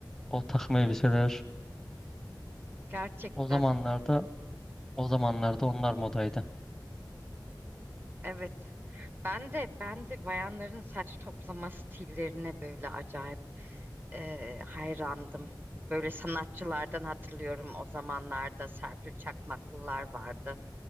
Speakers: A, in the centre; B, on the right.
A: o takım elbiseler.
B: gerçekten.
A: O zamanlarda, o zamanlarda onlar modaydı.
B: Evet. Ben de ben de bayanların saç toplama stillerine böyle acayip eee, hayrandım. Böyle sanatçılardan hatırlıyorum o zamanlarda Serpil Çakmaklılar vardı.